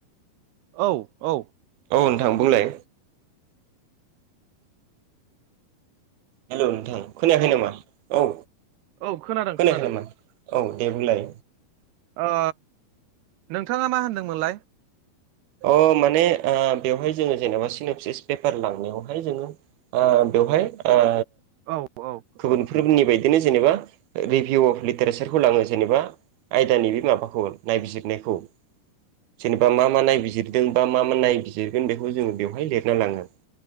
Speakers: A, on the right; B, on the right.
A: औ औ।
B: औ नोंथां बुंलाय हेल' नोंथां खोनायाखै नामा औ?
A: औ खोनादों
B: खोनायाखै
A: खोनादों।
B: नामा औ दे बुंलाय
A: ओ नोंथांङा मा होनदोंमोनलाय?
B: अ माने ओ बेवहाय जोंङो जेनेबा सिन'सिस पेपार लांनायावहाय जोंङो ओ बेवहाय ओ
A: औ
B: गुबुनफोरनि
A: औ
B: बायदि बिदिनो जेनेबा रिभिउ अफ लिटारेसारखौ लांङो जेनेबा आयदानि बे माबाखौ नायबिजिरनायखौ जेनेबा मा मा नायबिजिरदों बा मा मा नायबिजिरगोन बेखौ जोंङो बेवहाय लिरना लांङो।